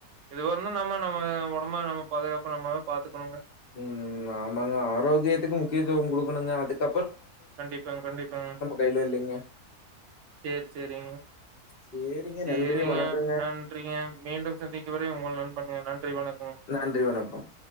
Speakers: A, on the right (about 60°); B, on the left (about 45°).
A: இது வரலு நம்ம நம்ம ஒடம்ப நம்ம பாதுகாப்பு நம்மாத பாத்துக்கணுங்க
B: உம் உம் ஆமாங்க ஆரோக்கியத்துக்கு முக்கியத்துவ குடுக்கணுங்க அதுக்க
A: கண்டிப்பாங்க கண்டிப்பாங்க
B: கையில இல்லைங்க
A: சேரி சேரிங்க
B: சேரிங்க
A: சேரிங்க
B: நன்றி வணக்கங்க
A: நன்றிங்க மீண்டும் சந்திக்க வரை உங்க நண் பண்ணுங்க நன்றி வணக்கம்
B: நன்றி வணக்கம்